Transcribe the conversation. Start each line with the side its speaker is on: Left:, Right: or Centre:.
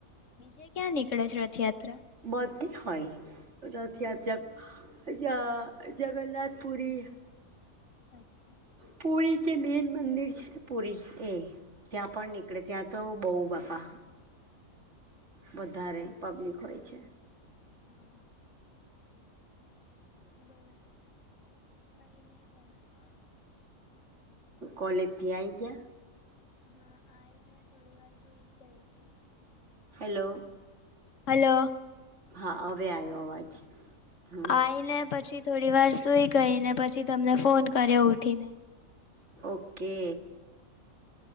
Left: બીજે ક્યાં નીકળે છે રથયાત્રા
Right: બધે હોય રથયાત્રા જગન્નાથપુરી
Left: અચ્છા
Right: પુરી જે મેન મંદિર છે ને પુરી એ ત્યાં પણ નીકળે ત્યાં તો બઉ બાપા વધારે પબ્લિક હોય છે.
Left: હમ. બોલો કઈ નહી તમે કો.
Right: કોલેજથી આવી ગયા?
Left: હા આઈ ને થોડી વાર સુઈ જ ગઈ હતી.
Right: હેલો.
Left: હલો.
Right: હા હવે આવ્યો અવાજ. હમ
Left: આવીને પછી થોડી વાર સુઈ ગઈ ને પછી તમને ફોન કર્યો ઉઠીને.
Right: ઓકે